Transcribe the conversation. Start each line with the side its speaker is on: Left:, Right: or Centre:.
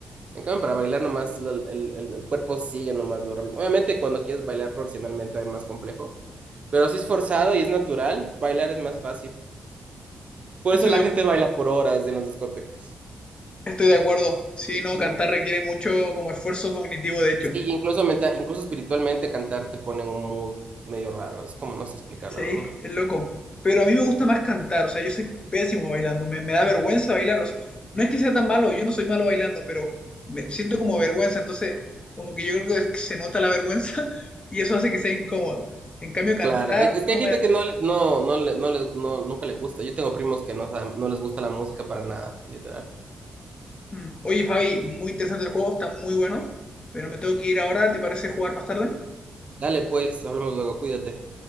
Right: En cambio, para bailar nomás lo- el, el- el cuerpo sigue nomás los ritmos. Obviamente cuando quieres bailar profesionalmente es más complejo, Pero si es forzado y es natural, bailar es más fácil. Por
Left: Estoy
Right: eso la
Left: de
Right: gente baila por horas en las discotecas.
Left: Estoy de acuerdo. Sí, no,
Right: Ujú.
Left: cantar requiere mucho como esfuerzo cognitivo, de hecho.
Right: Sí, incluso, menta- incluso espiritualmente cantar te pone en un mood medio raro. Es como no sé explicar,
Left: Sí,
Right: la verdad.
Left: es loco. Pero a mí me gusta más cantar, o sea, yo soy pésimo bailando, me, me da vergüenza bailar. o sea, No es que sea tan malo, yo no soy malo bailando, pero me siento como vergüenza, entonces como que yo creo que es- que se nota la vergüenza <laughs> y eso hace que sea incómodo. En cambio, cantar
Right: Claro, hay- es
Left: no
Right: que hay gente
Left: me da... vergüenza.
Right: que no, no, no, le- no, le- no- nunca le gusta. Yo tengo primos que no, saben- no les gusta la música para nada, literal.
Left: Mm. Oye, Fabi, muy interesante el juego, está muy bueno, pero me tengo que ir ahora, ¿te parece jugar más tarde?
Right: Dale, pues, hablamos luego, cuídate.